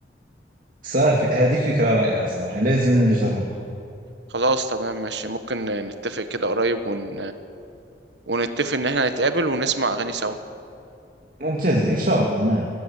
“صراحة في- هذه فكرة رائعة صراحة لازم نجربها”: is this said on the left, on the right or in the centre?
Right